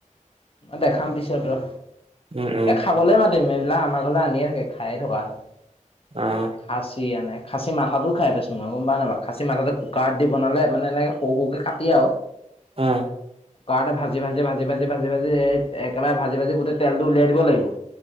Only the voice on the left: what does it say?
দেখাম পিছত ৰ
এই খাবলৈ মাতিম এইবিলাক আমাৰ ঘৰলৈ আনিয়ে থাকে খায়ে থকা হয়।
খাচী এনে খাচী মাথাটো খাইছোঁ মই গম প নাই বাৰ খাচী মাথাটো কুকাৰত দি বনালে মানে এনেকে সৰু সৰুকৈ কাটি তেতিয়াও।
কৰাতে ভাজি ভাজি ভাজি ভাজি ভাজি ভাজি এই একেবাৰে ভাজি ভাজি গোটেই তেলটো উলিয়াই দিব লাগিব।